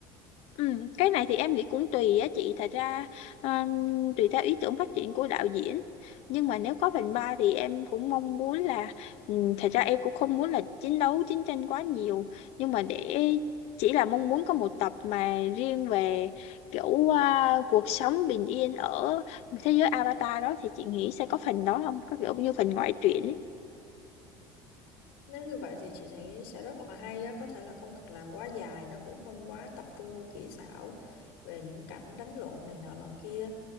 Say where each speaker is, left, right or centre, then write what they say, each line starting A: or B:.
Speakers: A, on the left (about 65°); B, on the left (about 85°).
A: Ừ, cái này thì em nghĩ cũng tùy á chị thật ra um, tùy theo ý tưởng phát triển của đạo diễn nhưng mà nếu có phần 3 thì em cũng mong muốn là um, thật ra em cũng không muốn là chiến đấu chiến tranh quá nhiều nhưng mà để chỉ là mong muốn có một tập mà riêng về kiểu uh, cuộc sống bình yên ở thế giới Avatar đó thì chị nghĩ sẽ có phần đó không có kiểu như phần ngoại truyện ấy.
B: nếu như vậy thì chị thấy sẽ rất là hay á có thể là không cần làm quá dài nó cũng không quá tập trung vô kỹ xảo về những cảnh đánh lộn này nọ lọ kia